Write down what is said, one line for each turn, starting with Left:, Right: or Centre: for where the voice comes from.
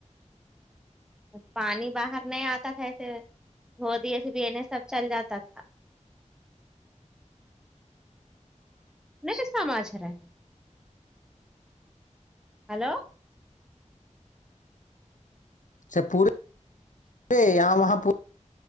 Centre: پانی باہر نہیں آتا تھا ایسے گھ دے سے پنے سب چل جاتا تھا <unintelligible> ہلو
Left: اچھا پورے پورے یہاں وہاں پ